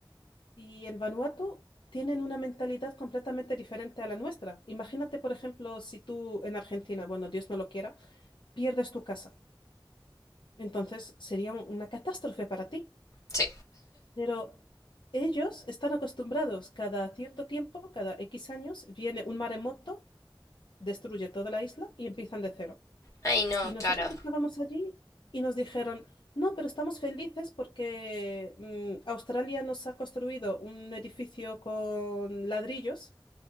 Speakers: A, on the left; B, on the left.
A: y en Vanuatu tienen una mentalidad completamente diferente a la nuestra. Imagínate, por ejemplo, si tú en Argentina, bueno, Dios no lo quiera, pierdes tu casa. Entonces sería un- una catástrofe para ti.
B: Sí.
A: Pero ellos están acostumbrados, cada cierto tiempo, cada X años, viene un maremoto, destruye toda la isla y empiezan de cero.
B: Ay, no,
A: Y nosotros
B: claro.
A: estábamos allí y nos dijeron, no, pero estamos felices porque mm, Australia nos ha construido un edificio con ladrillos